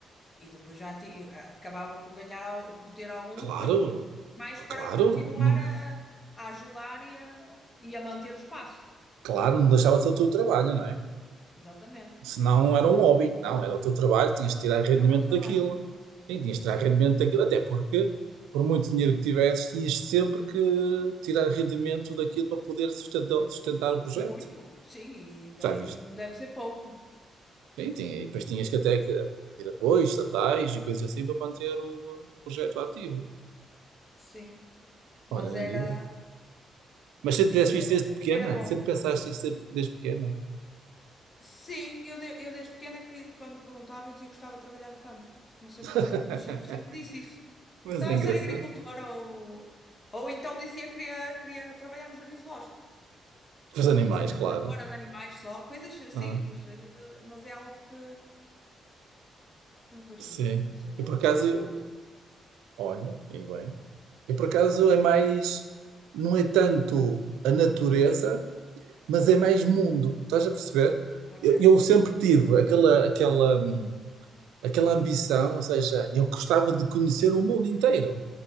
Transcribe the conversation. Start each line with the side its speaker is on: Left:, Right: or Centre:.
Left: E depois já ti- eh, acabava por ganhar, al- por ter algum
Right: Claro,
Left: lucro, pa- mais para
Right: claro,
Left: continuar
Right: não-
Left: a, a ajudar e a, e a manter o espaço.
Right: claro, não deixava de ser o teu trabalho, não é?
Left: Exatamente.
Right: Senão era um hobby. Não, era o teu trabalho, tinhas de
Left: Sim,
Right: tirar rendimento
Left: é o meu trabalho.
Right: daquilo. Sim, tinhas de
Left: Sim,
Right: tirar rendimento daquilo, até porque, por muito dinheiro que tivesses, tinhas sempre que tirar rendimento daquilo para poder sustentar, sustentar o projeto.
Left: muito. Sim, e ainda
Right: Já viste?
Left: e não deve ser pouco.
Right: Sim, tinha, e depois tinhas que até que ter apoios estatais e coisas assim para manter o projeto ativo.
Left: Sim, mas
Right: Olha, grande
Left: era,
Right: ideia. Mas sempre
Left: mas
Right: tivesse visto
Left: era,
Right: desde pequena,
Left: era bom.
Right: sempre pensaste isto desde desde pequena.
Left: Sim, eu, de- eu desde pequena que quando me perguntava eu dizia que gostava de trabalhar no campo. Não sei
Right: <laughs>
Left: porquê, mas sempre, sempre disse isso.
Right: Mas
Left: Gostava
Right: é engraçado.
Left: de ser agricultora ou, ou então dizia que queria, queria trabalhar no jardim zoológico.
Right: com Os animais,
Left: Ser tratadora
Right: claro.
Left: de animais só, coisas simples,
Right: Ah,
Left: mas, eu- mas é algo que, que me fascina.
Right: sim.
Left: Não sei, estar
Right: E por
Left: em
Right: acaso,
Left: contato
Right: eu-
Left: com a natureza.
Right: Olha, e bem. e por acaso é mais, não é tanto a natureza, mas
Left: Uhum.
Right: é mais mundo. Estás a perceber?
Left: Ok,
Right: Eu, eu sempre tive aquela, aquela, hum, aquela ambição, ou seja, eu gostava de conhecer o mundo inteiro.